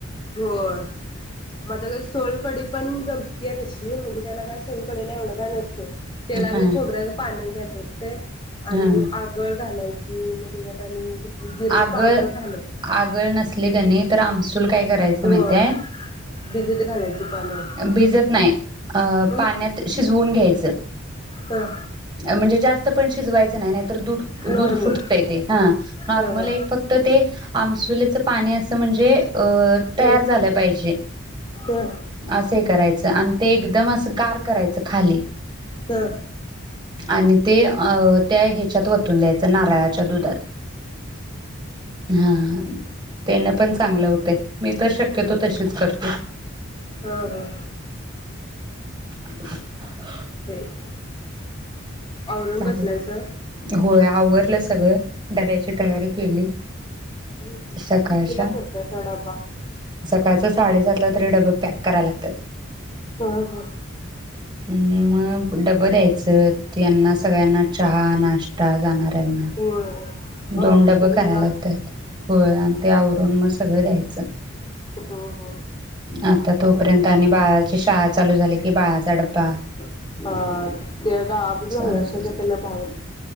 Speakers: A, on the left; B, on the right.
A: होय माझ कसं सोलकडी पण जमतीय तशी म्हणजे त्याला काय सोलकडीला एवढं काय नसतं. तेला
B: हा
A: बी खोबऱ्याच पाणी द्या. दिसतय. आणि
B: हा
A: आगळ घालायचं मग तेच्यात आणि जिरं
B: आगळ
A: पावडर घालायची
B: आगळ नसले कनाई तर आमसूल आमसूल काय करायचं माहिती
A: होय
B: हाय,
A: भिजत घालायची पाण्यात
B: भिजत नाही अ
A: हं
B: पाण्यात शिजवून घ्यायचं.
A: ह
B: म्हणजे जास्त पण शिजवायचं नाही, नाही तर दूध दूध
A: नॉर्मल
B: फुटतय ते हा नॉर्मल
A: ह ह
B: फक्त ते आमसुलीच पाणी अस म्हणजे तयार
A: ह
B: झालं पाहिजे,
A: ह
B: असे करायच आणि ते एकदम अस गार करायच खाली
A: ह
B: आणि ते अ त्या ह्याच्यात वतू ओतून द्यायचं. नारळाच्या दुधात हा त्यानं पण चांगलं होतंय मी तर शक्यतो
A: हम
B: तशीच करते
A: हा हा हा
B: <inaudible>
A: ते <unintelligible> आवरून
B: चालेल
A: बसलायसा
B: होय आवरलं सगळं डब्याची तयारी केली
A: हम्
B: सकाळच्या
A: कितीला करतायसा डबा
B: सकाळचं साडेसातला तरी डबं पॅक करायला लागतात
A: ह ह
B: हम्म मग डबं द्यायचं यांना सगळ्यांना चहा नाश्ता जाणार त्यांना
A: होय
B: दोन
A: आवरायच
B: डब
A: वेळ
B: कराय
A: लागतोच
B: लागत्यात हो आणि ते आवरून मग सगळं द्यायचं
A: हो हो
B: आता तोपर्यंत
A: चालतंय
B: आणि बाळाची शाळा चालू झाली कि बाळाचा डब्बा
A: <inaudible> हा त्याला गावात घालणार
B: चालूच
A: हातभार
B: असत
A: का त्याला बाहेर